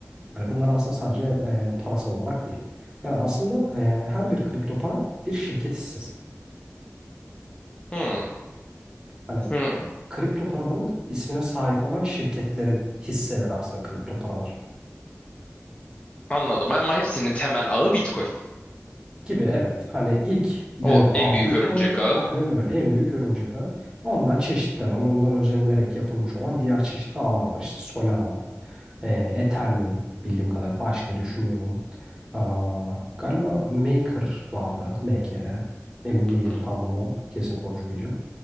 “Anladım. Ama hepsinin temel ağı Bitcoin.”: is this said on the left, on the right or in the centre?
Left